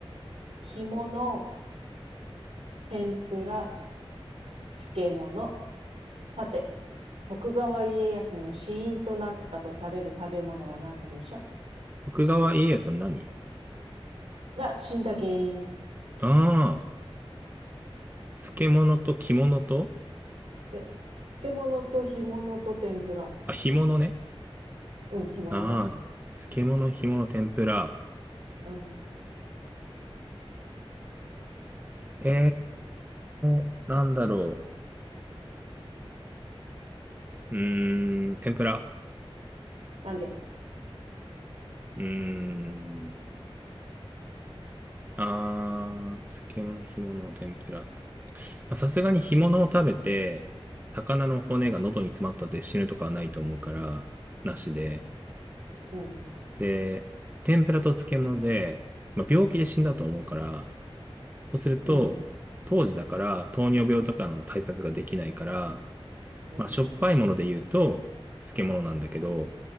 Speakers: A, on the right; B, on the right.
A: 干物、天ぷら、漬物。さて、徳川家康の死因となったとされる食べ物は何でしょ
B: 徳川家康の何
A: うが死んだ原因。
B: ああー、漬物と着物と、
A: え、漬物と干物と天ぷら。
B: あ、干物ね。
A: うん、干物、
B: ああ、
A: 干物。
B: 漬物、干物、天ぷら。
A: うん。
B: ええなんだろう。うーん、天ぷら。
A: なんで
B: うーん。ああ、漬物、干物、天ぷら。まあさすがに干物を食べて、魚の骨が喉に詰まったって死ぬとかはないと思うから、なしで。
A: うん、
B: で、天ぷらと漬物で、まあ、病気で死んだと思うから、そうすると、
A: うん。
B: 当時だから糖尿病とかの対策ができないから、
A: うん。
B: まあ、しょっぱいもので言うと漬物なんだけど、